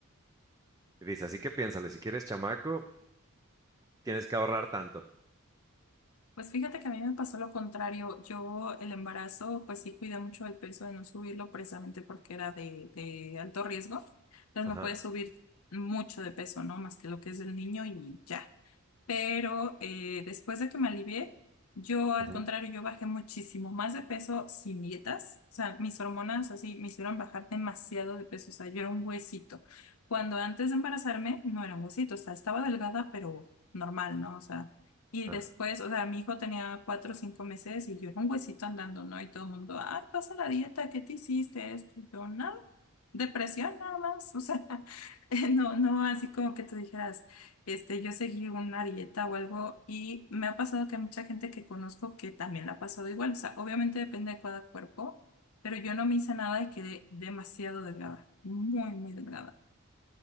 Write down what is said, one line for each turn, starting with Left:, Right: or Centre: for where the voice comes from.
Right: Y dice, así que piénsale, si quieres chamaco, tienes que ahorrar tanto.
Left: Pues fíjate que a mí me pasó lo contrario. Yo el embarazo, pues sí cuidé mucho el peso de no subirlo precisamente porque era de, de alto riesgo. Entonces
Right: Ajá.
Left: no puedes subir mucho de peso, ¿no? Más que lo que es del niño y ya pero eh, después de que me alivié, yo al
Right: ujú,
Left: contrario, yo bajé muchísimo más de peso sin dietas, o sea, mis hormonas así me hicieron bajar demasiado de peso, o sea, yo era un huesito. Cuando antes de embarazarme no era un huesito, o sea, estaba delgada, pero normal, ¿no? O sea, y
Right: ajá.
Left: después, o sea, mi hijo tenía cuatro o cinco meses y yo era un huesito andando, ¿no? Y todo el mundo, ay, pasa la dieta, ¿qué te hiciste esto? Y yo, no. Depresión nada más, o sea, <laughs> no, no así como que tú dijeras, este, yo seguí una dieta o algo y me ha pasado que mucha gente que conozco que también la ha pasado igual, o sea, obviamente depende de cada cuerpo, pero yo no me hice nada y quedé demasiado delgada, muy, muy delgada.